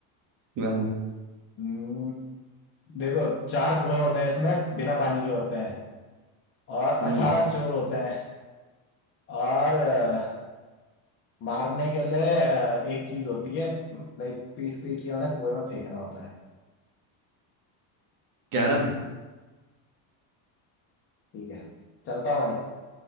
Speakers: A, on the right; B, on the left.
A: हाँ।
B: हम्म, देखो चार कुएं होते हैं इसमें बिना पानी के होते हैं और
A: हम्म
B: अठारह चोर होते हैं और अ, मारने के लिए अ, एक चीज होती है लाइक पीट पीट के उन्हें कुएं में फेंकना होता है
A: कैरम
B: ठीक है चलता हूँ भाई